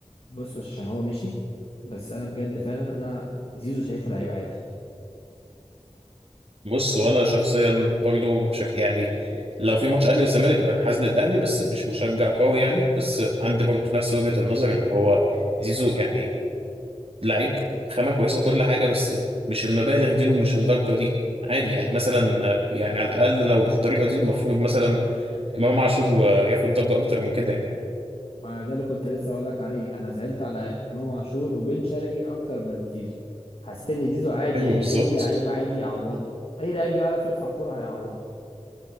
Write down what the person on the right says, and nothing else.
بص وانا شخصيا برضو بشك يعني لو في ماتش اهلي والزمالك بنحاز للاهلي بس مش مشجع قوي يعني بس عندي برضو نفس وجهه النظر ان هو زيزو يعني لعيب خامه كويسه وكل حاجه بس مش المبالغ دي ومش الضجه دي عادي يعني مثلا يعني على الاقل لو بالطريقه دي المفروض مثلا امام عاشور ياخد ضجه اكتر من كده يعني
ايوه
بالظبط